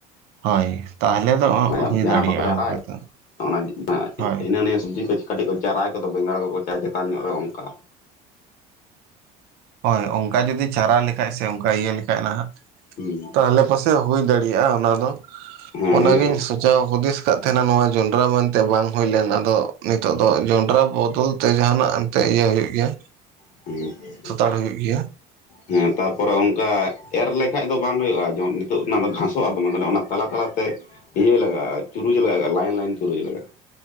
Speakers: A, on the right; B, on the left.
A: ᱦᱳᱭ ᱛᱟᱦᱞᱮ ᱫᱚ
B: ᱦᱩᱸ
A: ᱦᱩᱭ
B: ᱡᱟᱦᱟᱸ
A: ᱫᱟᱲᱮᱭᱟᱜᱼᱟ
B: ᱵᱟᱠᱚ ᱪᱟᱨᱟᱭ
A: ᱚᱝᱠᱟ ᱫᱚ
B: ᱚᱱᱟ
A: ᱦᱳᱭ
B: ᱦᱤᱱᱟᱹᱱᱤᱭᱟᱹ ᱥᱚᱵᱡᱤ ᱠᱚ ᱠᱟᱹᱴᱤᱡ ᱠᱚ ᱪᱟᱨᱟ ᱠᱚᱫᱚ ᱵᱮᱸᱜᱟᱲ ᱠᱚᱠᱚ ᱪᱟ ᱪᱮᱛᱟᱱ ᱧᱚᱜ ᱨᱮ ᱚᱝᱠᱟ
A: ᱦᱳᱭ ᱚᱝᱠᱟ ᱡᱩᱫᱤ ᱪᱟᱨᱟ ᱞᱮᱠᱷᱟᱡ ᱥᱮ ᱚᱝᱠᱟ ᱤᱭᱟᱹ ᱞᱮᱠᱷᱟᱡ ᱱᱟᱦᱟᱜ
B: ᱦᱩᱸ
A: ᱟᱞᱮ ᱯᱟᱥᱮ ᱦᱩᱭ ᱫᱟᱲᱮᱭᱟᱜᱼᱟ ᱚᱱᱟ ᱫᱚ
B: ᱦᱮᱸ
A: ᱚᱱᱟᱜᱤᱧ
B: ᱦᱩᱭᱩᱜᱼᱟ
A: ᱡᱟᱣ ᱦᱩᱫᱤᱥ ᱠᱟᱜ ᱛᱟᱦᱮᱱᱟ ᱱᱚᱣᱟ ᱡᱚᱱᱰᱨᱟ ᱢᱮᱱᱛᱮ ᱵᱟᱝ ᱦᱩᱭ ᱞᱮᱱ ᱟᱫᱚ ᱱᱤᱛᱚᱜ ᱫᱚ ᱡᱚᱸᱰᱨᱟ ᱵᱚᱫᱚᱞ ᱛᱮ ᱡᱟᱦᱟᱱᱟᱜ ᱮᱱᱛᱮ ᱤᱭᱟᱹ ᱦᱳᱭᱳᱜ ᱜᱮᱭᱟ
B: ᱦᱩᱸ
A: ᱟᱨ ᱦᱩᱭᱩᱜ ᱜᱮᱭᱟ
B: ᱦᱮᱸ ᱛᱟᱨᱯᱚᱨᱮ ᱚᱱᱠᱟ ᱮᱨ ᱞᱮᱠᱷᱟᱡ ᱫᱚ ᱵᱟᱝ ᱦᱩᱭᱩᱜ-ᱟ ᱡᱮᱢᱚᱱ ᱱᱤᱛᱚᱜ ᱚᱱᱟ ᱫᱚ ᱜᱷᱟᱥᱚᱜ-ᱟ ᱫᱚᱢᱮ ᱚᱱᱟ ᱛᱟᱞᱟ ᱛᱟᱞᱟᱛᱮ ᱤᱭᱟᱹ ᱞᱟᱜᱟᱜᱼᱟ ᱪᱩᱨᱩᱪ ᱞᱟᱜᱟᱜᱼᱟ ᱞᱟᱭᱤᱱ ᱞᱟᱭᱤᱱ ᱪᱩᱨᱩᱡ ᱞᱟᱜᱟᱜᱼᱟ